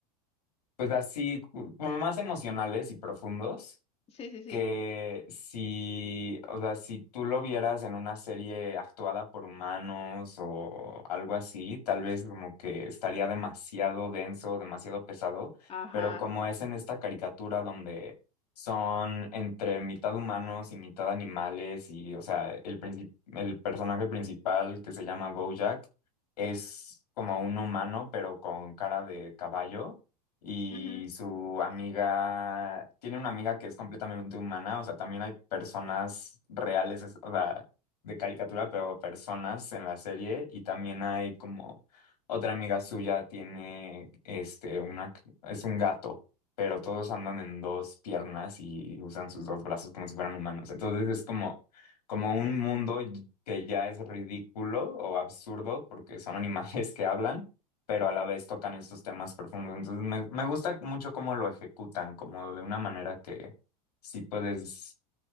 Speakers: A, on the left; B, on the left.
A: pues así, como más emocionales y profundos
B: Sí, sí, sí.
A: que si, o sea, si tú lo vieras en una serie actuada por humanos o algo así, tal vez como que estaría demasiado denso, demasiado pesado,
B: Ajá.
A: pero como es en esta caricatura donde son entre mitad humanos y mitad animales y, o sea, el princip- el personaje principal que se llama Bojack es como un humano, pero con cara de caballo y
B: Ujú.
A: su amiga, tiene una amiga que es completamente humana, o sea, también hay personas reales, es- o sea, de caricatura, pero personas en la serie y también hay como otra amiga suya tiene, este, una, es un gato, pero todos andan en dos piernas y usan sus dos brazos como si fueran humanos. Entonces es como, como un mundo que ya es ridículo o absurdo porque son animales <laughs> que hablan pero a la vez tocan estos temas profundos. Entonces me, me gusta mucho cómo lo ejecutan, como de una manera que sí puedes,